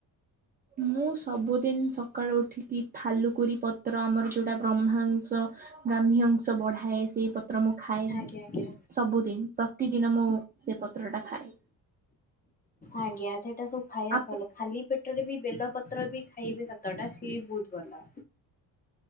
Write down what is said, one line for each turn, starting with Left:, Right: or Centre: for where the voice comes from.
Right: ମୁଁ ସବୁଦିନ ସକାଳୁ ଉଠିକି, ଥାଲୁକୁରି ପତ୍ର ଆମର। ଯୋଉଟା ବ୍ରହ୍ମାଂଶ ବ୍ରାହ୍ମୀ ଅଂଶ ବଢାଏ ସେଇ ପତ୍ର ମୁଁ ଖାଏ।
Left: ଆଜ୍ଞା ଆଜ୍ଞା।
Right: ସବୁଦିନ ପ୍ରତିଦିନ ମୁଁ ସେ ପତ୍ରଟା ଖାଏ।
Left: ଆଜ୍ଞା ସେଇଟା ସବୁ ଖାଇଆ
Right: ଆପ
Left: ଭଲ ଖାଲି ପେଟରେ ବି ବେଲ ପତ୍ର ବି ଖାଇବେ ସାତଟା ସିଏ ବୋହୁତ ଭଲ।